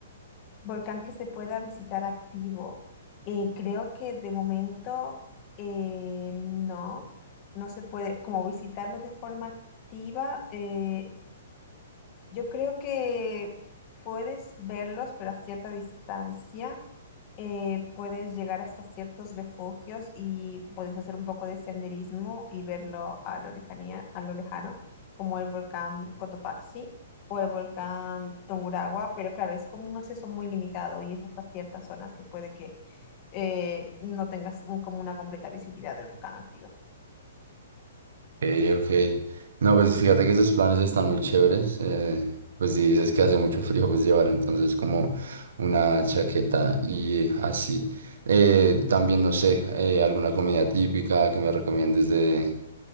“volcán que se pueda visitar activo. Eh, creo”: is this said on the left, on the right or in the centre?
Left